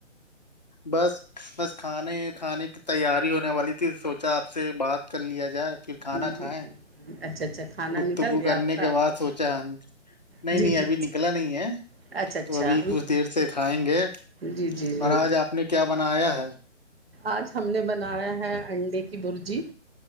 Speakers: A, on the left; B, on the right.
A: بس بس کھانے کھانے کی تیاری ہونے والی تھی سوچا آپ سے بات کر لیا جائے پھر کھانا
B: جی
A: کھائائے
B: جی اچھا اچھا کھانا
A: گفتگو
B: نکل گیا
A: کرنے
B: آپ کا
A: کے بعد سوچا نہیں
B: جی
A: نہیں
B: جی
A: ابھی نکلا نہیں ہے
B: اچھا اچھا
A: تو ابھی کچھ دیر سے کھائیں گے
B: جی جی
A: اور
B: جی
A: آج آپ نے کیا بنایا ہے
B: آج ہم نے بنایا ہے انڈے کے کی برجی